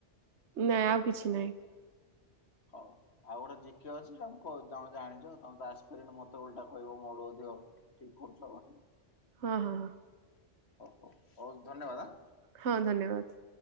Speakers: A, on the right (about 70°); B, on the left (about 65°).
A: ନା ଆଉ କିଛି ନାଇଁ।
B: ହଉ। ଆଉ ଗୋଟେ ଜିକେ ଅଛି ତାକୁ କ ଜା ଜାଣିଚ ତମେ ତ ଆସିପାରିବନି ମତେ ଓଲଟା କହିବ ମୋ ଠୁ ଅଧିକ। ଠିକ୍ କରୁଚ।
A: ହଁ ହଁ ହଁ।
B: ହଉ ହଉ ହଉ ଧନ୍ୟବାଦ୍ ଆଁ।
A: ହଁ ଧନ୍ୟବାଦ୍।